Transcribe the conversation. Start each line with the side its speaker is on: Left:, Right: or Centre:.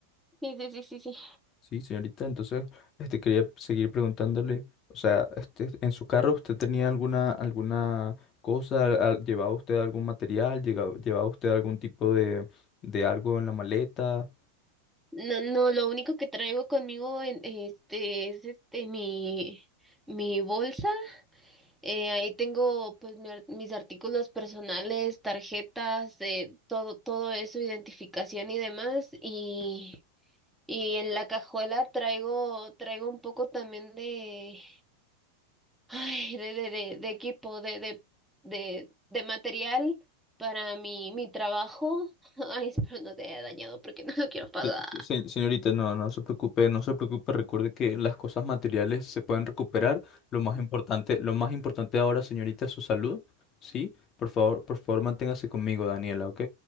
Centre: Sí, sí, sí, sí, sí.
Left: Sí, señorita, entonces, este, quería seguir preguntándole, o sea, este, en su carro usted tenía alguna, alguna cosa, al- llevaba usted algún material, Llega- llevaba usted algún tipo de, de algo en la maleta,
Centre: No, no, lo único que traigo conmigo en, este es este mi mi bolsa. Eh, ahí tengo pues mi ar- mis artículos personales, tarjetas, eh, todo todo eso, identificación y demás. Y y en la cajuela traigo traigo un poco también de ay de de de, de equipo, de de de de material para mi mi trabajo. <laughs> Ay, espero no te haya dañado porque <laughs> no lo quiero pagar.
Left: Se- se- Señorita, no, no se preocupe, no se preocupe. Recuerde que las cosas materiales se pueden recuperar. Lo más importante, lo más importante ahora, señorita, es su salud, ¿sí? Por favor, por favor, manténgase conmigo, Daniela, ¿ok?